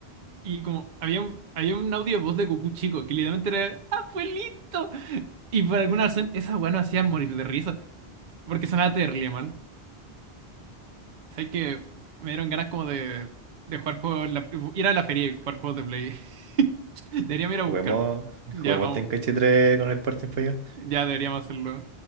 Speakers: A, on the right (about 50°); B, on the right (about 65°).
A: Y como había un, había un audio de voz de Goku chico que literalmente era ¡Abuelito! Y por alguna razón esa weá no hacía morir de risa. Porque sonaba terrible, man. O sea que me dieron ganas como de, de jugar juegos, en la- ir a la feria y jugar juegos de Play. <laughs> Deberíamos ir a buscar.
B: Juguemos,
A: Ya
B: juguemos
A: vamos.
B: Tenkaichi 3 con el parte español.
A: Ya deberíamos hacerlo.